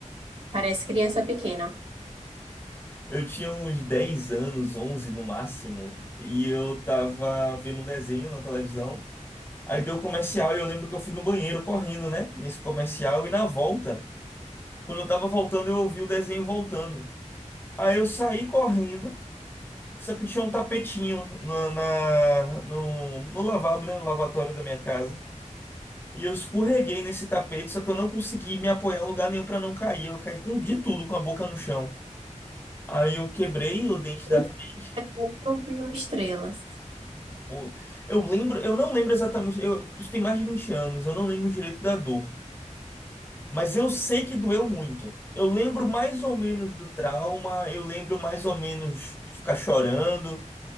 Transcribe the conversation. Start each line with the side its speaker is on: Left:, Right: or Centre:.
Right: Parece criança pequena.
Left: Eu tinha uns 10 anos, 11 no máximo, e eu tava vendo um desenho na televisão. Aí deu comercial e eu lembro que eu fui no banheiro correndo, né? Nesse comercial e na volta. Quando eu tava voltando, eu ouvi o desenho voltando. Aí eu saí correndo, só que tinha um tapetinho na, na- no, no lavabo, né? No lavatório da minha casa. E eu escorreguei nesse tapete, só que eu não consegui me apoiar em lugar nenhum pra não cair. Eu caí com de tudo, com a boca no chão. Aí eu quebrei o dente da
Right: Esse
Left: frente.
Right: evento Eu vi estrelas.
Left: O- Eu lembro, eu não lembro exatamente, eu- isso tem mais de 20 anos, eu não lembro direito da dor. Mas eu sei que doeu muito. Eu lembro mais ou menos do trauma, eu lembro mais ou menos de ficar chorando,